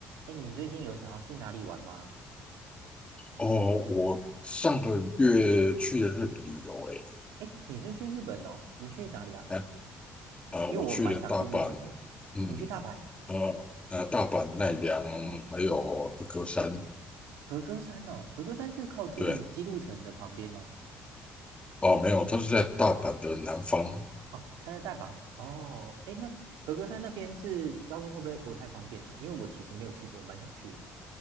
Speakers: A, on the right; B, on the left.
A: 哎，你最近有想要去哪里玩吗？
B: 哦，我上个月去了日本旅游欸，
A: 哎，你是去日本哦？你去哪里啊？
B: 诶，呃呃，
A: 因为我蛮想去日本的。
B: 我去了大阪，嗯，
A: 你去大阪
B: 呃呃，大阪奈良还有和歌山，
A: 和歌山哦？和歌山是靠近姬路城的旁边吗？
B: 对，哦，没有，它是在大阪的南方，
A: 哦，它在大阪哦。哎，那和歌山那边是交通会不会不太方便啊？因为我其实没有去过，蛮想去的。